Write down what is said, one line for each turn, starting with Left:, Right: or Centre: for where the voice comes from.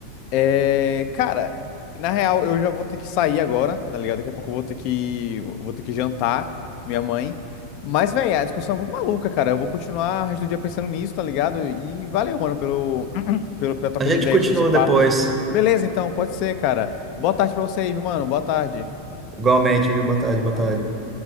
Left: É, cara, na real, eu já vou ter que sair agora, tá ligado? Daqui a pouco eu vou ter que, vou ter que jantar minha mãe. Mas, velho, a discussão é muito maluca, cara. Eu vou continuar o resto do dia pensando nisso, tá ligado? E valeu, mano, pelo, <clears throat> pelo, pela troca
Right: A gente
Left: de ideias
Right: continua
Left: sobre esse papo.
Right: depois.
Left: Beleza, então, pode ser, cara. Boa tarde pra você aí, viu, mano? Boa tarde.
Right: Igualmente, viu? Boa tarde, boa
Left: Valeu.
Right: tarde.